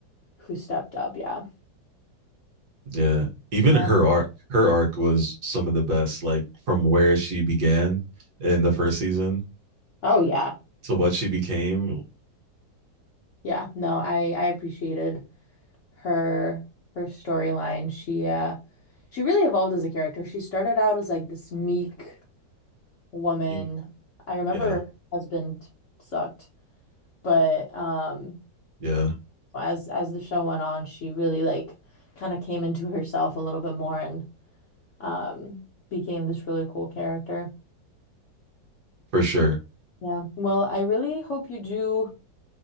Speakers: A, on the left; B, on the right.
A: who stepped up. Yeah.
B: Yeah. Even
A: Yeah.
B: her arc her arc was some of the best, like from where she began in the first season
A: Oh yeah.
B: to what she became.
A: Yeah. No, I I appreciated her her storyline. She uh she really evolved as a character. She started out as like this meek woman.
B: You-
A: I remember
B: Yeah,
A: her husband sucked, but um
B: yeah,
A: as as the show went on, she really like kind of came into herself a little bit more and um became this really cool character.
B: for sure.
A: Yeah. Well, I really hope you do